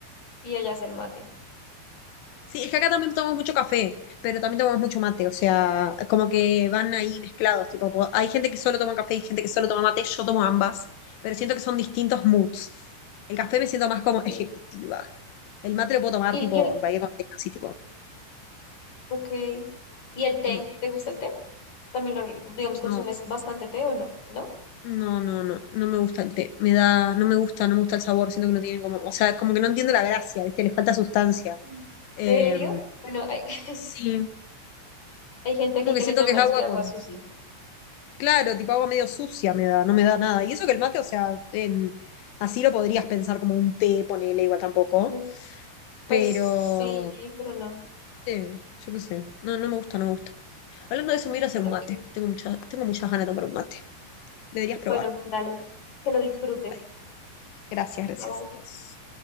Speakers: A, on the left (about 40°); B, on the left (about 75°).
A: y allá es el mate,
B: Sí, es que acá también tomamos mucho café, pero también tomamos mucho mate, o sea, como que van ahí mezclados, tipo, po- hay gente que solo toma café y gente que solo toma mate, yo tomo ambas, pero siento que son distintos moods. El café me siento más como ejecutiva.
A: sí.
B: El mate lo puedo tomar,
A: Y,
B: tipo,
A: y el,
B: en cualquier contexto, así, tipo,
A: ok, ¿y el té?
B: mm,
A: ¿Te gusta el té? También, lo, digamos, consumes
B: no.
A: bastante té o no, ¿no?
B: No, no, no, no me gusta el té. Me da, no me gusta, no me gusta el sabor, siento que no tiene como, o sea, como que no entiendo la gracia, ¿viste? Le falta sustancia.
A: ¿En
B: Eh,
A: serio? Bueno, hay, <laughs>
B: sí,
A: hay gente
B: como
A: aquí
B: que
A: que
B: siento
A: le llama
B: que es agua
A: es que agua
B: con,
A: sucia.
B: claro, tipo agua medio sucia me da, no me da nada. Y eso que el mate, o sea, en- así lo podrías pensar como un té, ponele igual tampoco,
A: Uf, pues
B: pero,
A: sí, pero no.
B: ¿viste? Yo qué sé, no, no me gusta, no me gusta. Hablando de eso, me voy a ir a hacer
A: lo
B: un mate.
A: que-
B: Tengo muchas, tengo muchas ganas de tomar un mate. Deberías probar.
A: Bueno, dale, que lo disfrutes.
B: Adiós. Gracias, gracias,
A: Chao.
B: adiós.